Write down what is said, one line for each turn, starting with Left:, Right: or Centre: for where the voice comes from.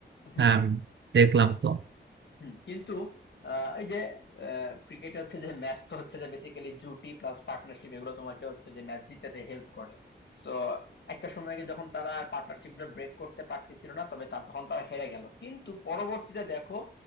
Left: হুম
Right: হ্যাঁ দেখলাম তো
Left: হুম কিন্তু আহ, এই যে ক্রিকেট হচ্ছে যে ম্যাচ তো হচ্ছে যে বেসিক্যালি জুটি প্লাস পার্টনারশিপ এগুলো তোমাকে হচ্ছে যে ম্যাচ জিতাতে হেল্প করে তো একটা সময় গিয়ে যখন তারা পার্টনারশিপ গুলো ব্রেক করতে পারতেছিল না তবে তা- তখন তারা হেরে গেল কিন্তু পরবর্তীতে দেখো